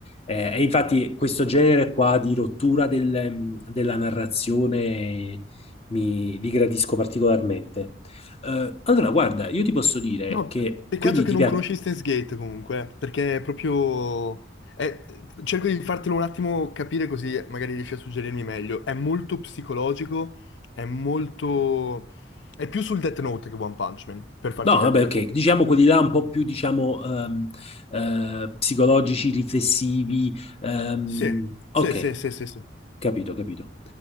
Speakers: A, on the left; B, on the left.
A: eh, e infatti questo genere qua di rottura del- della narrazione mi li gradisco particolarmente. Eh, allora, guarda, io ti posso dire
B: No,
A: che
B: peccato
A: quindi
B: che
A: ti
B: non
A: piace...
B: conosci Steins Gate comunque, perché è proprio... è- Cerco di fartelo un attimo capire così magari riesci a suggerirmi meglio. È molto psicologico, è molto... È più sul Death Note che One Punch Man, per farci
A: No,
B: capire.
A: vabbè, ok, diciamo quelli là un po' più, diciamo, ehm, eh, psicologici, riflessivi. ehm,
B: Sì,
A: ok,
B: sì, sì, sì, sì, sì.
A: capito, capito.